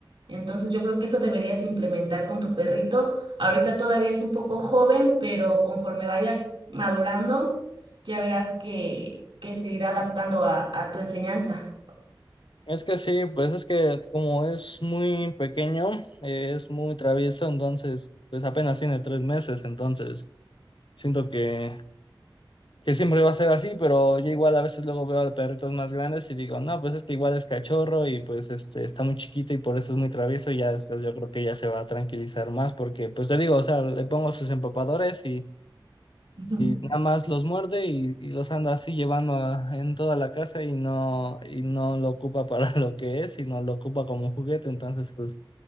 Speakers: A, on the right; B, on the left.
A: Entonces yo creo que eso deberías implementar con tu perrito. Ahorita todavía es un poco joven, pero conforme vaya madurando, ya verás que, que se irá adaptando a, a tu enseñanza.
B: Es que sí, pues es que como es muy pequeño, eh, es muy travieso, entonces, pues apenas tiene tres meses, entonces siento que, que siempre va a ser así, pero yo igual a veces luego veo a perritos más grandes y digo, no, pues este igual es cachorro y pues este está muy chiquito y por eso es muy travieso y ya después yo creo que ya se va a tranquilizar más porque, pues te digo, o sea, le pongo sus empapadores y
A: <laughs>
B: nada más los muerde y, y los anda así llevando a- en toda la casa y no, y no lo ocupa para <laughs> lo que es, sino lo ocupa como juguete. Entonces, pues